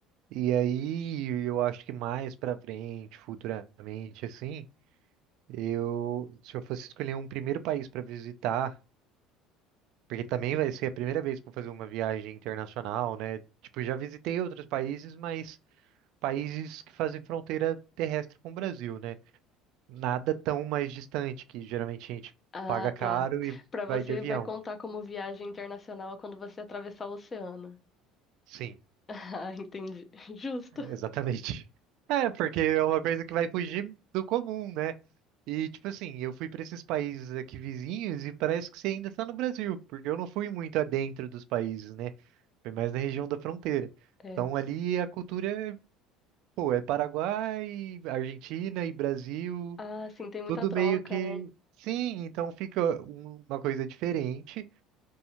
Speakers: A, on the right (about 70°); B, on the left (about 30°).
A: E aí, eu acho que mais pra frente, futuramente, assim, eu, se eu fosse escolher um primeiro país pra visitar, porque também vai ser a primeira vez que eu vou fazer uma viagem internacional, né? Tipo, já visitei outros países, mas países que fazem fronteira terrestre com o Brasil, né? Nada tão mais distante, que geralmente a gente
B: Ah,
A: paga caro
B: tá.
A: e
B: Pra você
A: vai de avião.
B: vai contar como viagem internacional quando você atravessar o oceano. <laughs>
A: Sim,
B: Ah, entendi. Justo.
A: <laughs> exatamente. É, porque é uma coisa que vai fugir do comum, né? E, tipo assim, eu fui para esses países aqui vizinhos e parece que você ainda está no Brasil, porque eu não fui muito adentro dos países, né? Foi mais na região da fronteira.
B: É.
A: Então, ali a cultura, é, pô, é Paraguai, Argentina e Brasil,
B: Ah, sim, tem muita
A: tudo
B: troca,
A: meio que.
B: né?
A: Sim, então fica um- uma coisa diferente.